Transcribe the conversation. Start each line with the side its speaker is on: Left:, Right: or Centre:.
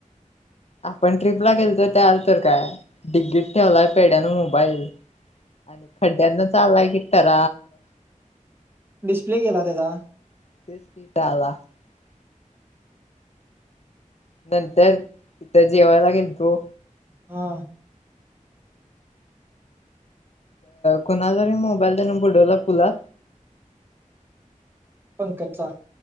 Left: आपण ट्रिपला गेलोतो, तर त्या आल तर काय डिग्गीट ठेवलाय पेड्यान मोबाईल आणि खड्ड्यांना चाललाय की ठर
Right: डिस्प्ले गेला त्याचा
Left: <unintelligible> नंतर तिथं जेवाया गेलतो
Right: हा
Left: कुणाला मोबाईल देण बुडवला. फुला
Right: पंकजचा